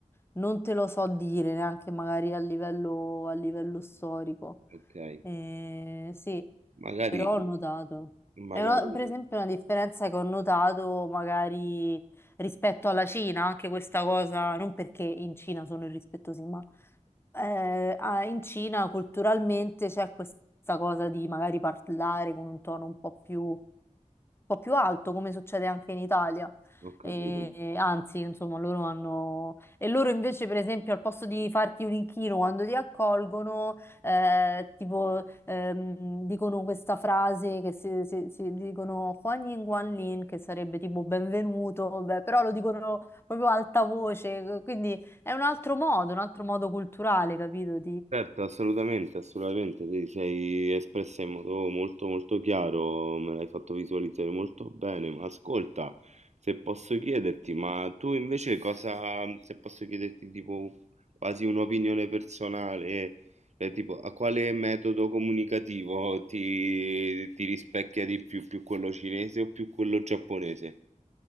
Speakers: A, on the left; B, on the right.
A: non te lo so dire neanche magari a livello, a livello storico.
B: Okay,
A: Eh, sì,
B: magari
A: però ho notato.
B: magari
A: È una- per esempio una differenza che ho notato magari rispetto alla Cina, anche questa cosa, non perché in Cina sono irrispettosi, ma eh, ah, in Cina culturalmente c'è questa cosa di magari parlare con un tono un po' più po' più alto, come succede anche in Italia.
B: ho
A: E-
B: capito.
A: e anzi, insomma, loro hanno... E loro invece, per esempio, al posto di farti un inchino quando ti accolgono, eh, tipo, ehm, dicono questa frase che si, si- si dicono Huan Yin Guan Lin, che sarebbe tipo benvenuto, beh, però lo dicono proprio a alta voce, quindi è un altro modo, un altro modo culturale, capito?
B: Certo, assolutamente, assolutamente, ti sei espressa in modo molto, molto chiaro, me l'hai fatto visualizzare molto bene, ma ascolta, se posso chiederti, ma tu invece cosa, se posso chiederti tipo quasi un'opinione personale, cioè tipo a quale metodo comunicativo ti, ti rispecchia di più, più quello cinese o più quello giapponese?